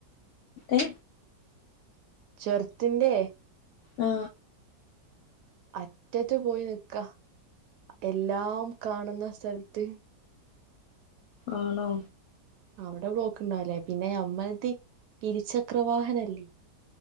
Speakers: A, on the left; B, on the right.
A: ഏ
B: ചോര്ത്തിന്റെ
A: ആ
B: അറ്റത്ത് പോയി നിക്കാ എല്ലാം കാണുന്ന സ്ഥലത്ത്
A: ആണോ
B: അവിടെ ബ്ലോക്ക് ഇണ്ടാവുല്ല പിന്നെ നമ്മൾത് ഇരുചക്രവാഹനല്ലേ